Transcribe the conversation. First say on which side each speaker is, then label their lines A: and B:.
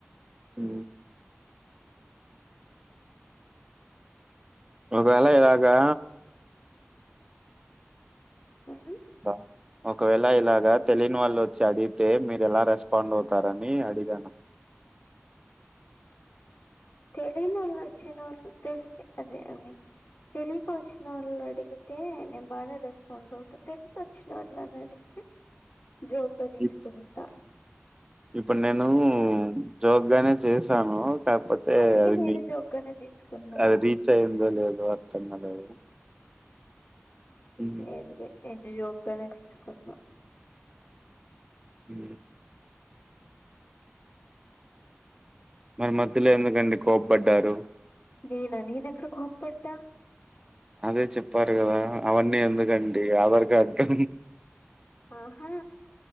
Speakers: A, on the right; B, on the left.
A: ఉ ఒకవేళ ఇలాగా
B: ఉమ్
A: బ ఒకవేళ ఇలాగ తెలియని వాళ్ళు వచ్చి అడిగితే మీరు ఎలా రెస్పాండ్ అవుతారని అడిగాను
B: తెలినోళ్ళచ్చిన తెలి అదే ఐ మీన్ తెలియక వచ్చినోళ్ళు అడిగితే నేను బాగానే రెస్పాండ్ అవుతా తెలిసి వచ్చినోళ్ళని అడిగితే తే జోక్ గా తీసుకుంటా
A: ఇప్- ఇప్పుడు నేను జోక్ గానే చేసాను కాకపోత్ తే
B: అందుకే
A: అది
B: నేను
A: మీ
B: జోక్ గానే తీసుకున్నా
A: అది రీచ్ అది అయ్యిందో లేదో అర్థం కాలేదు ఉ
B: ఏంటి ఏంటి యోగానే తీసుకున్నా
A: ఉ మరి మధ్యలో ఎందుకండి కోపబడ్డారు
B: నేనా నేన ఎక్కడ కోప్పడ్డా
A: అదే చెప్పారు కదా అవన్నీ ఎందుకండి ఆధార్ కార్డు
B: ఆహా